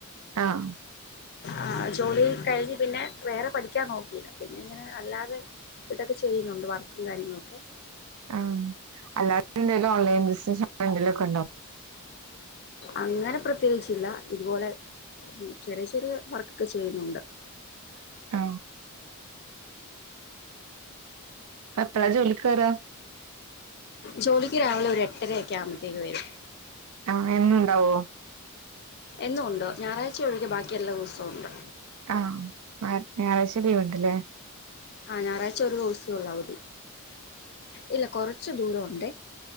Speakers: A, on the right (about 80°); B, on the left (about 50°).
A: ആഹ
B: ആ ജോലി കഴിഞ്ഞ് പിന്നെ വേറെ പഠിക്കാൻ നോക്കിയില്ല പിന്നെ ഇങ്ങനെ അല്ലാതെ ഇതൊക്കെ ചെയ്യുന്നുണ്ട് വർക്കും കാര്യങ്ങളൊക്കെ
A: ആ അല്ലാതെ എന്തേലും ഓൺലൈൻ ബിസിനെസ്സും എന്തേലും ഒക്കെ ഉണ്ടോ
B: അങ്ങനെ പ്രത്യേകിച്ചില്ല ഇതുപോലെ ചെറിയ ചെറിയ വർക്കൊക്കെ ചെയ്യുന്നുണ്ട്
A: ആ എപ്പഴാ ജോലിക്ക് വര്യാ?
B: ജോലിക്ക് രാവിലെ ഒരു എട്ടര ഒക്കെ ആവുമ്പോഴത്തേക്ക് വരും
A: ആ എന്നുമുണ്ടാവോ?
B: എന്നും ഉണ്ട് ഞായറാഴ്ച ഒഴികെ ബാക്കി എല്ലാ ദിവസവും ഉണ്ട്
A: ആ ഞായറാഴ്ച ലീവുണ്ടല്ലേ?
B: ആ ഞായറാഴ്ച ഒരു ദിവസെയുള്ളൂ അവധി ഇല്ല കൊറച്ചു ദൂരം ഉണ്ടേ